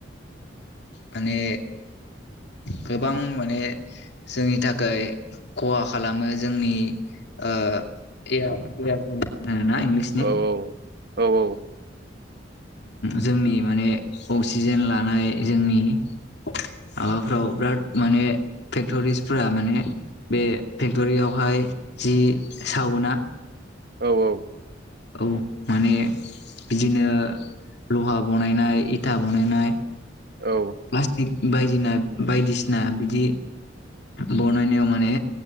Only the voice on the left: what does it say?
माने गोबां माने जोंनि थाखाय खहा खालामो जोंनि ओ <unintelligible> इंलिसनि
जोंनि माने अक्सिजेन लानाय जोंनि माबाफ्राव बिराद माने फेक्टरिसफोरा माने बे फेक्ट'रियावहाय जि सावोना
औ माने बिदिनो लहा बनायनाय इथा बनायनाय
प्लास्टिक बायदिना बायदिसिना बिदि बनायनायाव माने